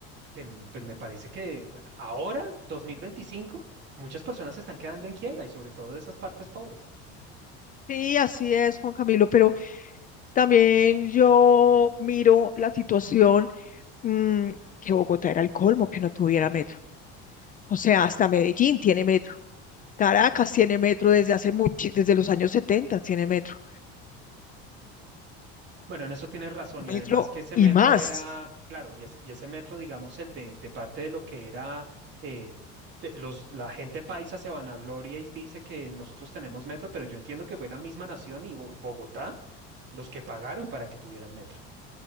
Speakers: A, on the right; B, on the left.
A: que mm, pues me parece que ahora, 2025, muchas personas se están quedando en quiebra y sobre todo de esas partes pobres.
B: Sí, así es, Juan Camilo, pero también yo miro la situación, mm, que Bogotá era el colmo que no tuviera metro. O sea, hasta Medellín tiene metro. Caracas tiene metro desde hace mucho, desde los años 70 tiene metro.
A: Bueno, en eso tienes razón y
B: Metro
A: además que ese
B: y
A: metro
B: más.
A: era, claro, y, es- y ese metro, digamos, el de, de parte de lo que era, eh, te- los, la gente paisa se vanagloria y dice que nosotros tenemos metro, pero yo entiendo que fue la misma nación y Bo- Bogotá los que pagaron para que tuvieran metro.